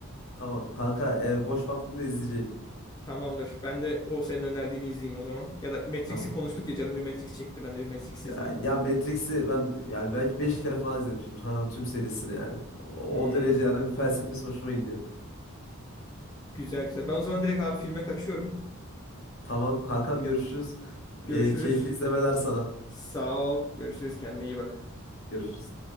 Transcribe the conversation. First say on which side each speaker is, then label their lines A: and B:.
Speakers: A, on the left; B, on the left.
A: Tamam kanka e, boş vaktimde izleyeceğim.
B: Tamamdır. Ben de o senin önerdiğini izleyeyim o zaman. Ya da Matrix'i
A: Tamam.
B: konuştuk ya canım bir Matrix çekti. Ben de bir Matrix
A: Ya,
B: izleyeyim.
A: ya Matrix'i ben yani belki 5 kere falan izlemişimdir kanka tüm serisini yani. O,
B: Hmm,
A: o derece yani bir felsefesi hoşuma gidiyor.
B: güzel güzel. Ben o zaman direkt abi filme kaçıyorum.
A: Tamam kankam görüşürüz.
B: Görüşürüz.
A: E, keyifli izlemeler sana.
B: Sağ ol. Görüşürüz. Kendine iyi bak.
A: Görüşürüz.